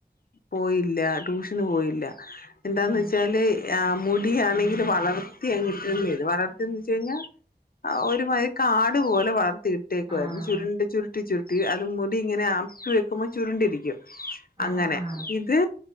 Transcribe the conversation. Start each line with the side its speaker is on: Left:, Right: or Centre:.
Left: പോയില്ല ട്യൂഷന് പോയില്ല എന്താന്ന്
Right: ഉം
Left: വെച്ചാല് ആ മുടിയാണെങ്കിൽ വളർത്തി അങ്ങിട്ടിരുന്നേത് വളർത്തിയെന്ന് വെച്ച് കഴിഞ്ഞാൽ ഒരുമാതി കാട് പോലെ വളർത് ത്തീട്ടേക്കുവായിരുന്നു
Right: ആഹ്
Left: ചുരുണ്ട് ചുരുട്ടി ചുരുട്ടി അത് മുടി ഇങ്ങനെ ആപ്പി വെക്കുമ്പോൾ ചുരുണ്ടിരിക്കും
Right: ആഹ്
Left: അങ്ങനെ
Right: ആഹ് ആഹ്
Left: ഇത്